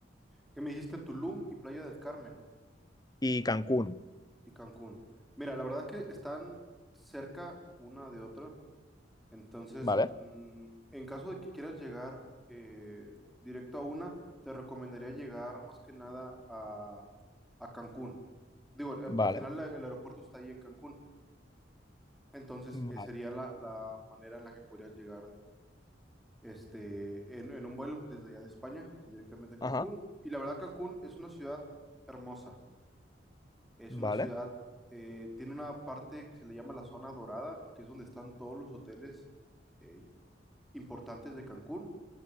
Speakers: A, in the centre; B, on the left.
A: Que me dijiste Tulum y Playa del Carmen
B: Y Cancún,
A: y Cancún. Mira, la verdad es que están cerca una de otra. Entonces,
B: ¿vale?
A: mm, en caso de que quieras llegar eh, directo a una, te recomendaría llegar más que nada a, a Cancún. Digo, eh,
B: Vale.
A: al final la- el aeropuerto está ahí en Cancún. Entonces,
B: Vale.
A: eh, sería la, la manera en la que podrías llegar este, en, en un vuelo desde allá de España, directamente a Cancún.
B: Ajá.
A: Y la verdad, Cancún es una ciudad hermosa. Es
B: Vale,
A: una ciudad, eh, tiene una parte que se le llama la zona dorada, que es donde están todos los hoteles eh, importantes de Cancún.